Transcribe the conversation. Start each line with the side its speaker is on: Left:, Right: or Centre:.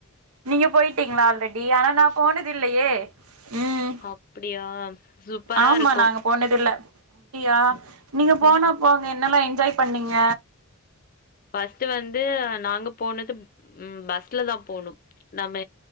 Right: நீங்க போய்ட்டீங்ளா ஆல்ரெடி ஆனா நா போனதில்லயே ம்
Left: அப்டியா சூப்பரா
Right: ஆமா
Left: இருக்கு
Right: நாங்க போனதில்ல அப்டியா நீங்க போனா
Left: ம்
Right: போங்க என்னல்லா என்ஜாய் பண்ணீங்க
Left: ஃபஸ்ட்டு வந்து நாங்க போனது ம் பஸ்ல தா போனோ நம்ம